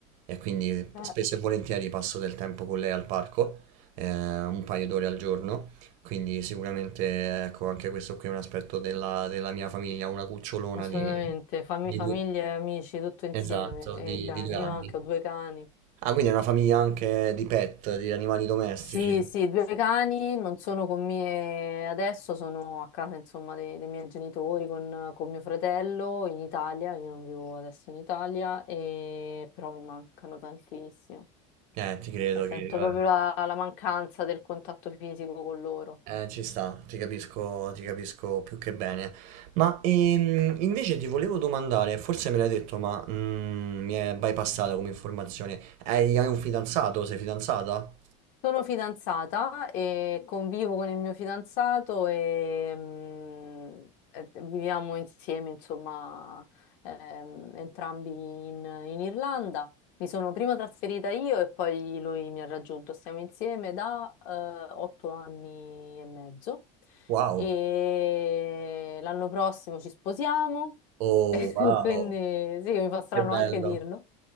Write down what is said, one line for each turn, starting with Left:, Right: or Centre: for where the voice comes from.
Right: e quindi
Left: Beh,
Right: spesso e volentieri passo del tempo con lei al parco, eh, un paio d'ore al giorno. Quindi sicuramente, ecco, anche questo qui è un aspetto della, della mia famiglia, una cucciolona
Left: Assolutamente,
Right: di,
Left: fami-
Right: di
Left: famiglia,
Right: due,
Left: e amici, tutto insieme.
Right: esatto,
Left: E
Right: di
Left: i cani,
Right: di due anni.
Left: io anche ho due cani.
Right: Ah, quindi è una famiglia anche di pet, di animali domestici.
Left: Sì, sì, due cani non sono con me adesso, sono a casa insomma dei, dei miei genitori con, con mio fratello in Italia, io non vivo adesso in Italia, e... però mi mancano tantissimo.
Right: Eh, ti credo
Left: Ne Sento
Right: che... vabbè.
Left: proprio la la mancanza del contatto fisico con loro.
Right: Eh, ci sta, ti capisco, ti capisco più che bene. Ma ehm, invece ti volevo domandare, forse me l'hai detto, ma mm, mi è bypassata come informazione. Hai, hai un fidanzato? Sei fidanzata?
Left: Sono fidanzata e convivo con il mio fidanzato e mm, eh, viviamo insieme, insomma, ehm, entrambi in, in Irlanda. Mi sono prima trasferita io e poi lui mi ha raggiunto. Stiamo insieme da eh, otto anni e mezzo
Right: Wow.
Left: e l'anno prossimo ci sposiamo,
Right: Oh,
Left: <laughs>
Right: wow.
Left: quindi sì, mi fa strano
Right: Che bello,
Left: anche dirlo,